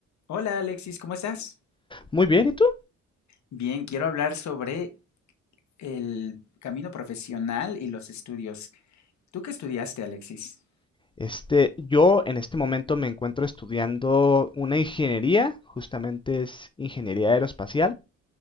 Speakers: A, on the left; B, on the left.
A: Hola Alexis, ¿cómo estás?
B: Muy bien, ¿y tú?
A: Bien, quiero hablar sobre el camino profesional y los estudios. ¿Tú qué estudiaste, Alexis?
B: Este, yo en este momento me encuentro estudiando una ingeniería, justamente es ingeniería aeroespacial.